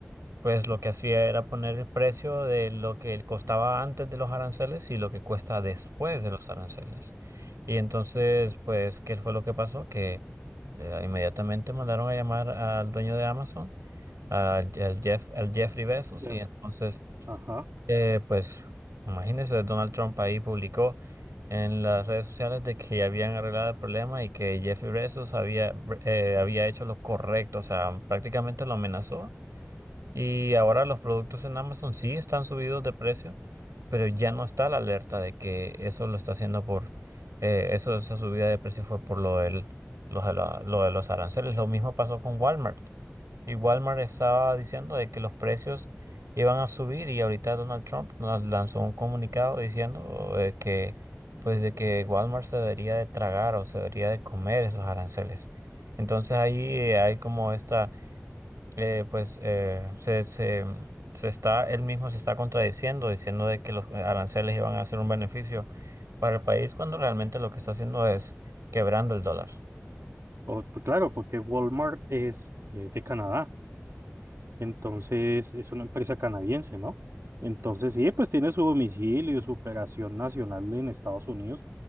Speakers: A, on the right; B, on the right.
A: Pues lo que hacía era poner el precio de lo que él costaba antes de los aranceles y lo que cuesta después
B: Mm.
A: de los aranceles. Y entonces, pues, ¿qué fue lo que pasó? Que eh, inmediatamente mandaron a llamar al dueño de Amazon, al, al Jeff, al Jeffrey Bezos,
B: Ya.
A: y entonces,
B: Ajá.
A: eh, pues, imagínense, Donald Trump ahí publicó en las redes sociales de que ya habían arreglado el problema y que Jeffrey Bezos había, eh, había hecho lo correcto, o sea, prácticamente lo amenazó y ahora los productos en Amazon sí están subidos de precio, pero ya no está la alerta de que eso lo está haciendo por, eh, eso, esa subida de precio fue por lo del, los, de lo de los aranceles. Lo mismo pasó con Walmart. Y Walmart estaba diciendo de que los precios iban a subir y ahorita Donald Trump nos lanzó un comunicado diciendo eh, que, pues de que Walmart se debería de tragar o se debería de comer esos aranceles. Entonces ahí eh, hay como esta eh, pues eh, se, se, se está, él mismo se está contradiciendo, diciendo de que los aranceles iban a ser un beneficio para el país cuando realmente lo que está haciendo es quebrando el dólar.
B: O- pues claro, porque Walmart es eh, de Canadá. Entonces, es una empresa canadiense, ¿no? Entonces, sí, pues tiene su domicilio, su operación nacional en Estados Unidos,